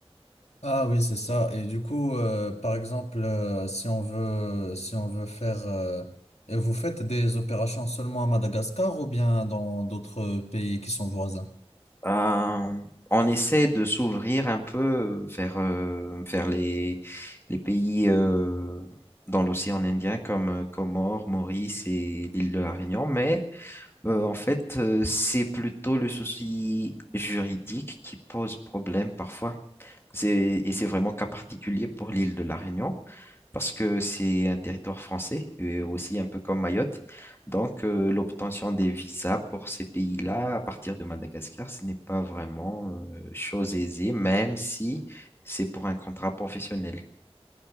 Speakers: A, on the left; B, on the left.
A: Ah oui, c'est ça. Et du coup, euh, par exemple, euh, si on veut, si on veut faire, euh, et vous faites des opérations seulement à Madagascar ou bien dans d'autres pays qui sont voisins?
B: Euh, on essaie de s'ouvrir un peu vers, euh, vers les, les pays euh, dans l'océan Indien comme euh, Comores, Maurice et l'île de la Réunion, mais Euh, en fait, euh, c'est plutôt le souci juridique qui pose problème parfois. C'est, et c'est vraiment cas particulier pour l'île de la Réunion, parce que c'est un territoire français, et aussi un peu comme Mayotte. Donc, euh, l'obtention des visas pour ces pays-là, à partir de Madagascar, ce n'est pas vraiment euh, chose aisée, même si c'est pour un contrat professionnel.